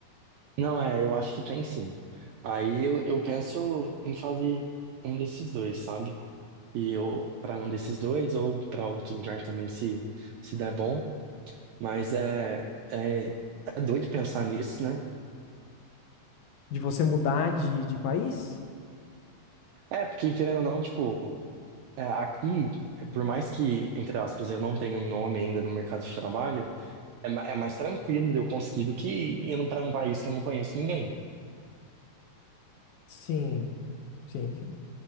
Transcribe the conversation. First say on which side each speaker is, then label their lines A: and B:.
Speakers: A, on the right; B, on the left.
A: Não, é, eu acho que tem sim. Aí eu, eu penso em fazer um desses dois, sabe? e ou para um desses dois ou para outro lugar também se se der bom, mas é, é é doido pensar nisso, né?
B: De você mudar de, de país?
A: É, porque querendo ou não, tipo, é, aqui, é, por mais que, entre aspas, eu não tenha um nome ainda no mercado de trabalho, é, ma- é mais tranquilo de eu conseguir do que indo para um país que eu não conheço ninguém.
B: Sim, sim, sim.